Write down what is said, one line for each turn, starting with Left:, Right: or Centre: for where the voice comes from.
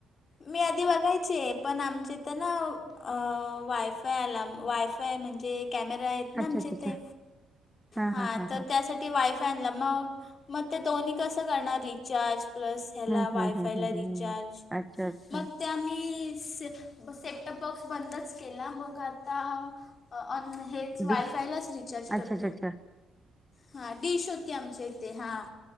Left: मी आधी बघायचे ये, पण आमच्या इथे ना. अं.. वायफाय आला, वायफाय म्हणजे कॅमेरा ये
Centre: अच्छा
Left: आमच्या
Centre: अच्छा
Left: इथे
Centre: अच्छा हा
Left: हां,
Centre: हा हा
Left: तर
Centre: हा
Left: त्यासाठी वाय त्यांना मगं, मग ते दोन्ही कसं करणारं रिचार्ज प्लस ह्याला.
Centre: हम्म
Left: वायफायला
Centre: हम्म हम्म हम्म
Left: रिचार्ज,
Centre: हम्म अच्छा अच्छा
Left: मग त्या म्ही स सेटटप बॉक्स बंदच केला मग आता न हेच वायफायलाच
Centre: डिश
Left: रिचार्ज
Centre: अच्छा
Left: करतो.
Centre: अच्छा अच्छा
Left: हा डिश होती आमच्या इथे हा.